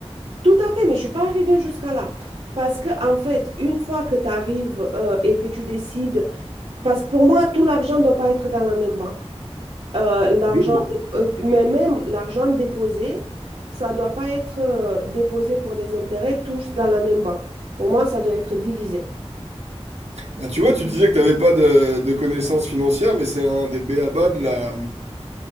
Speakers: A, on the right (about 70°); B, on the right (about 85°).
A: tout à fait, mais je suis pas arrivée jusqu'à là. Parce que, en fait, une fois que tu arrives euh, et que tu décides, parce que pour moi, tout l'argent ne doit pas être dans la même banque. Euh, l'argent,
B: Complètement.
A: dé- euh, mais même l'argent déposé, ça ne doit pas être euh, déposé pour des intérêts tous dans la même banque. Pour moi, ça doit être divisé.
B: Bah, tu vois, tu disais que tu n'avais pas de, de connaissances financières, mais c'est un des b.a.-ba de la,